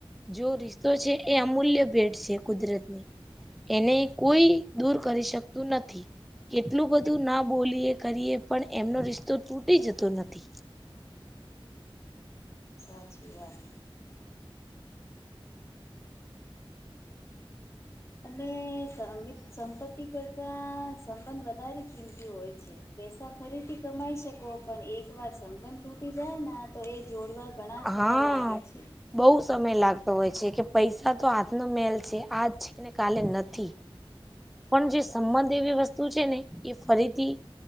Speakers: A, in the centre; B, on the left.
A: જો રિશતો છે એ અમૂલ્ય ભેટ છે. કુદરતની.... એને કોઈ દૂર કરી શકતું નથી. કેટલું બધું ના બોલીએ કરીએ પણ એમનો રિશ્તો તૂટી જતો નથી.
B: સાચી વાત. અને <unintelligible> સંપત્તિ કરતાં સંબંધ વધારે ચિંંત હોય છે. પૈસા ફરીથી કમાઈ શકો પણ એક વાર સંબંધ તૂટી જાયના તો એ જોડવા ઘણાં સમય
A: હા
B: લાગે છે.
A: બહુ સમય લાગતો હોય છે કે પૈસા તો હાથનો મેલ છે આજ છે કેને કાલે નથી. પણ જે સંમત એવી વસ્તુ છે ને એ ફરીથી